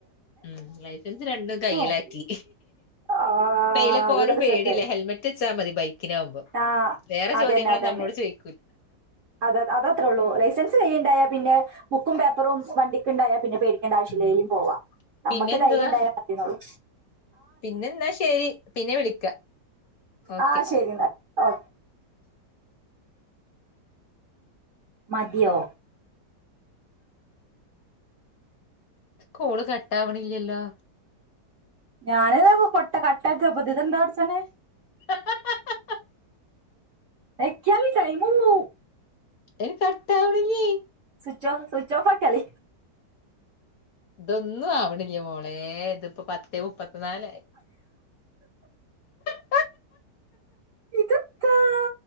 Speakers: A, on the left (about 60°); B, on the right (about 50°).
A: ഉം ലൈസൻസ് രണ്ടും കയ്യിലാക്കി
B: നോക്കി ആ
A: ഇപ്പയില പോവാനും
B: അത് നല്ല
A: പേടില്ല
B: സെറ്റായി
A: ഹെൽമെറ്റ് വച്ചാ മതി ബൈക്കിലാവുമ്പോ
B: ആ
A: വേറെ
B: അതന്നെ
A: ചോദ്യങ്ങളൊന്നും
B: അതന്നെ
A: നമ്മളോട് ചോയ്
B: അത ത് അതത്രേ ഉള്ളൂ ലൈസൻസ് കയ്യില്ണ്ടാ ഏപിന്നെ ബുക്കും പേപ്പറും വണ്ടിക്ക് ഇണ്ടായ പിന്നെ പേടിക്കേണ്ട ആവശ്യല്ല
A: ഉം
B: ഏലിം പോവാ
A: പിന്നെ
B: നമ്മക്ക്
A: എന്തുവാ
B: ധൈര്യം ഇണ്ടായാ മതീന്നൊള്ളൂ
A: പിന്നെ ഇന്നാ ശെരി പിന്നെ വിളിക്ക ഓക്കെ
B: ആ ശെരി അന്ന ഓ മതിയോ
A: കാള് കട്ട്‌ ആവ്ണില്ല്യല്ലോ
B: ഞാന് കൊട്ട കട്ട്‌ ആക്കാപ്പത് ഇതെന്താ വടച്ചോനെ
A: ഹ ഹ ഹ
B: വെക്ക <unintelligible> ടൈമ് പുവ്വും
A: എടി കട്ട്‌ ആവ്ണില്യേ
B: സ്വിച്ച് ഓഫ്‌ സ്വിച്ച് ഓഫ്‌ ആക്കിയാളി
A: ഇതൊന്നുആ ആവണില്ല്യ മോളെ ഇതിപ്പോ പത്ത് മുപ്പത് <unintelligible>
B: ഇത്പ്പള്ളേ